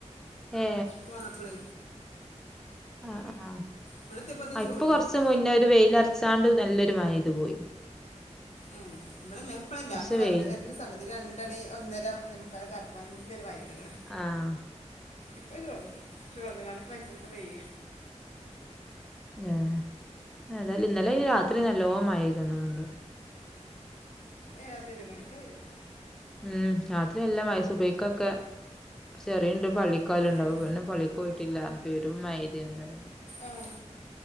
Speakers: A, in the centre; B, on the left.
A: ഏ
B: പോന്നപ്പഴേ.
A: ആഹ് ആഹ.
B: ഇവിടെ എത്തിയപ്പോൾ തന്നെ
A: ആഹ്
B: ചോർന്നു
A: ഇപ്പൊ കൊറച്ച്
B: കേട്ടോ
A: മുന്നേ ഒരു വെയിലരച്ചാണ്ട് നല്ലൊരു മഴപെയ്ത്‌പോയി.
B: ഉം <unintelligible> ഇപ്പളല്ല.
A: പക്ഷെ
B: അങ്ങ് വന്നൻ
A: വെയിൽ
B: വരുന്ന സമയത്ത്. ഇത് രണ്ടണി ഒന്നര ഒന്നേമുക്കാലക്കായാപ്പോ നല്ലൊരു വയറ്കള്
A: ആഹ്
B: ഇപ്പൊ ചോർന്ന് ചോർന്ന്കാണ്ട് പ്പഅയ്ച്ചത് പ്പ പെയ്യ
A: ഏഹ് ഏതാലും ഇന്നലെ രാത്രി നല്ലോ മഴയ്ത്ണോണ്ട്
B: ഏഹ് രാത്രിയ്ത്ണോ ഇൻകറീല
A: ഉം രാത്രി നല്ലമയ് സൂബൈക്കൊക്കെ ചെറിണ്ട് പള്ളിക്കോവല്ണ്ടാവു
B: ഏ
A: പിന്നെ പള്ളി പോയിട്ടില്ലാ പെരും മഴയ്തിനി ഇന്നലെല്ലോ
B: ആഹ്